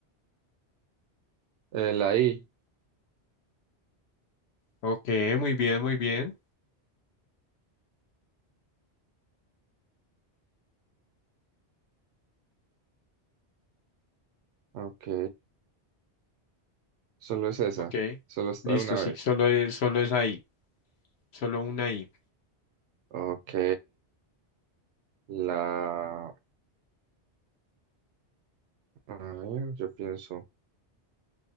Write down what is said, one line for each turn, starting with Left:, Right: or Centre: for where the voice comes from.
Right: Eh, la I.
Left: Ok, muy bien, muy bien.
Right: Ok. Solo es esa.
Left: Ok,
Right: Solo está
Left: listo,
Right: una
Left: sí,
Right: vez.
Left: solo es, solo es ahí, solo una I.
Right: Ok. La... A ver, yo pienso.